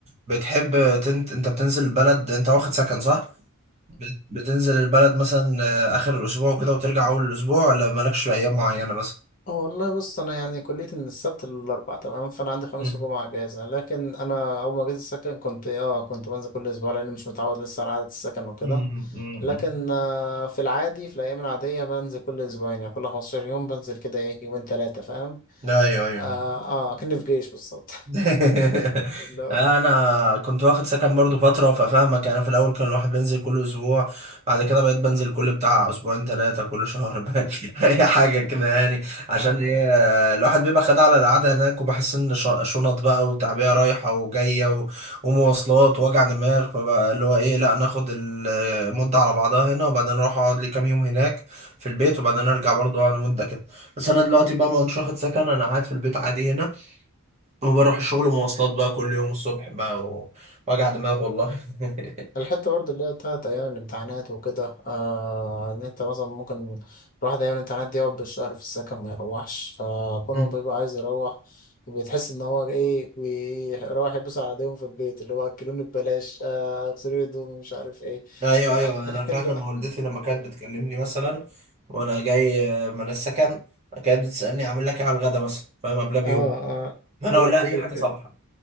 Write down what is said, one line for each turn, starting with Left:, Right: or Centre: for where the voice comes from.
Right: بتحب تنت... انت بتنزل البلد انت واخد سكن صح؟ بت- بتنزل البلد مثلا آه، اخر الاسبوع وكده وترجع اول الاسبوع ولا مالكش في ايام معينة مثلا؟
Left: آه، والله بص انا يعني كليتي من السبت للاربع تمام فانا عندي خميس
Right: مم.
Left: وجمعه اجازه لكن انا اول ما جيت السكن كنت اه كنت بنزل كل اسبوع لاني مش متعود لسه على عاده السكن وكده
Right: مم. مم.
Left: لكن
Right: مم.
Left: آه، في العادي في الايام العاديه بنزل كل اسبوعين يعني كل 15 يوم بنزل كده ايه يومين ثلاثه فاهم
Right: ايوه ايوه
Left: اه اه كأني في جيش بالظبط
Right: <laughs>
Left: <laughs> اللي هو
Right: انا كنت واخد سكن برضو فتره ففاهمك انا في الاول كان الواحد بينزل كل اسبوع بعد كده بقيت بنزل كل بتاع اسبوعين ثلاثه كل شهر <laughs> بقى
Left: مم.
Right: اي حاجه كده يعني عشان
Left: اه
Right: ايه
Left: يعني
Right: الواحد بيبقى خد على القعده هناك وبحس ان ش- شنط بقى وتعبئه رايحه وجايه و- ومواصلات ووجع دماغ فبقى اللي هو ايه لا ناخد المده على بعضها هنا وبعدين اروح اقعد لي كام يوم هناك في البيت وبعدين ارجع برضو اقعد مده كده بس انا دلوقتي بقى ما كنتش واخد سكن انا قاعد في البيت عادي هنا وبروح الشغل مواصلات بقى كل يوم الصبح بقى و- وجع دماغ والله <laughs>
Left: الحتة برضه اللي هي بتاعت أيام الامتحانات وكده آه إن أنت مثلا ممكن الواحد أيام الامتحانات دي يقعد بالشهر في السكن ما يروحش فكونه
Right: مم.
Left: بيبقى عايز يروح بتحس إن هو إيه بيروح يبص على إيديهم في البيت اللي هو أكلوني ببلاش آه اغسلوا لي هدومي مش عارف إيه
Right: ايوه
Left: آه
Right: ايوه
Left: <laughs>
Right: انا فعلا
Left: اللي هو
Right: ما والدتي لما كانت بتكلمني مثلا وانا جاي آه، من السكن كانت بتسالني اعمل لك ايه على الغدا مثلا فاهم قبلها بيوم
Left: آه آه
Right: فانا
Left: اللي
Right: اقول
Left: هو
Right: لها
Left: فكرة
Right: اي حاجه صبحه